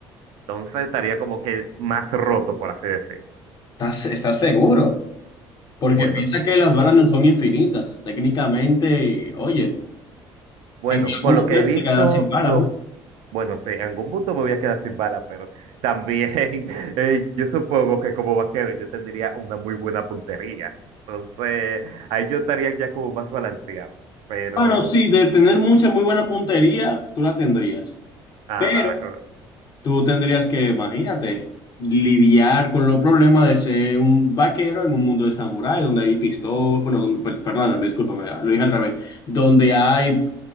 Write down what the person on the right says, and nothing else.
Entonces estaría como que más roto, por así decirlo.
Bueno,
sí.
Bueno,
por lo que
he visto,
los...
Bueno, sí, en algún punto me voy a quedar sin bala, pero también <laughs> eh, yo supongo que como vaquero yo tendría una muy buena puntería. Entonces, ahí yo estaría ya como más balanceado. Pero,
ajá,
co-